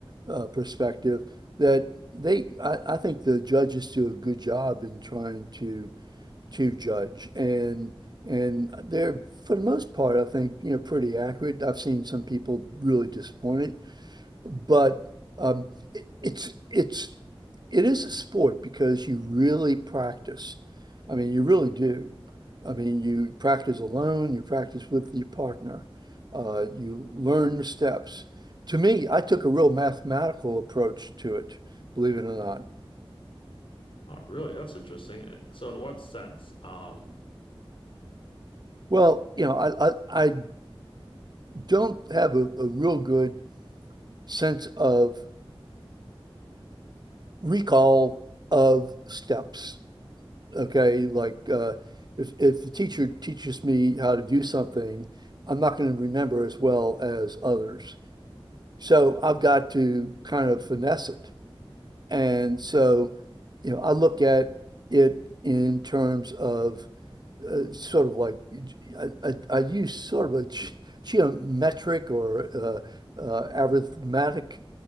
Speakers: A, on the right (about 45°); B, on the left (about 65°).
A: uh, perspective that they I, I think the judges do a good job in trying to to judge and and they're for the most part I think you know pretty accurate. I've seen some people really disappointed but um, it, it's it's it is a sport because you really practice. I mean, you really do. I mean, you practice alone, you practice with your partner, uh, you learn the steps. To me, I took a real mathematical approach to it, believe it or not.
B: Oh, really? That's interesting. Uh, So, in what sense? Um,
A: Well, you know, I I, I don't have a, a real good sense of recall of steps. Okay, like uh, if if the teacher teaches me how to do something, I'm not going to remember as well as others. So I've got to kind of finesse it. And so, you know, I look at it in terms of uh, sort of like I, I, I use sort of a ge- geometric or uh, uh, arithmetic